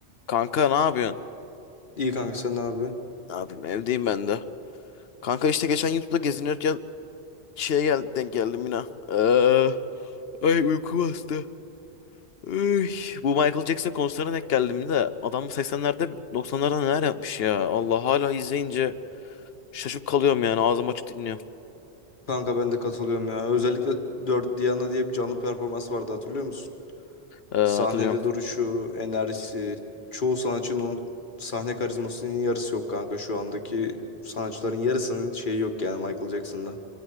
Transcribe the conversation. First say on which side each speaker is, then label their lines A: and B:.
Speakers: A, on the left (about 65°); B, on the left (about 50°).
A: Kanka ne yapıyorsun?
B: İyi kanka sen ne yapıyorsun?
A: Ne yapayım evdeyim ben de. Kanka işte geçen YouTube'da gezinirken şeye gel denk geldim yine. Ee, ay uyku bastı. Üy, bu Michael Jackson konserine denk geldim de adam 80'lerde 90'larda neler yapmış ya. Allah hala izleyince şaşıp kalıyorum yani ağzım açık dinliyorum.
B: Kanka ben de katılıyorum ya. Özellikle 4 Diana diye bir canlı performans vardı hatırlıyor musun?
A: Ee, hatırlıyorum.
B: Sahnede duruşu, enerjisi, çoğu sanatçının onun sahne karizmasının yarısı yok kanka şu andaki sanatçıların yarısının şeyi yok yani Michael Jackson'da.